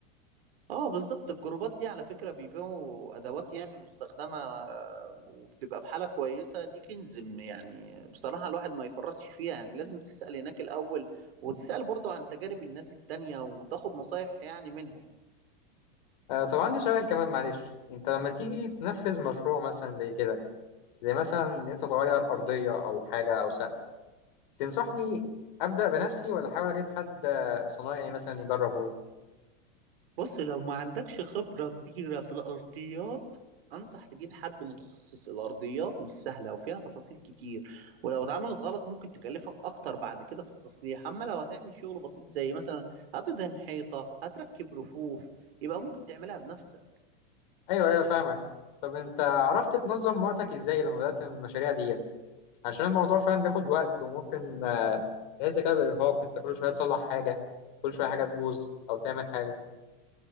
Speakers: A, on the right; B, on the left.
A: اه بالظبط الجروبات دي على فكرة بيبيعوا أدوات يعني مستخدمة آه، وبتبقى بحالة كويسة دي كنز م- يعني بصراحة الواحد ما يفرطش فيها يعني لازم تسأل هناك الأول وتسأل برضو عن تجارب الناس التانية وتاخد نصايح يعني منهم
B: آه، طب عندي سؤال كمان معلش أنت لما تيجي تنفذ مشروع مثلا زي كده زي مثلا إن أنت تغير أرضية أو حاجة أو سقف تنصحني أبدأ بنفسي ولا أحاول أجيب حد آه، صنايعي مثلا يجربه
A: بص لو ما عندكش خبرة كبيرة في الأرضيات أنصح تجيب حد متخصص الأرضيات مش سهلة وفيها تفاصيل كتير ولو اتعملت غلط ممكن تكلفك أكتر بعد كده في التصليح أما لو هتعمل شغل بسيط زي مثلا هتدهن حيطة هتركب رفوف يبقى ممكن تعملها بنفسك
B: أيوه أيوه فاهمك طب أنت عرفت تنظم وقتك إزاي لما بدأت المشاريع ديت عشان الموضوع فعلا بياخد وقت وممكن ده الذكاء بالإرهاق أنت كل شوية تصلح حاجة كل شوية حاجة تبوظ أو تعمل حاجة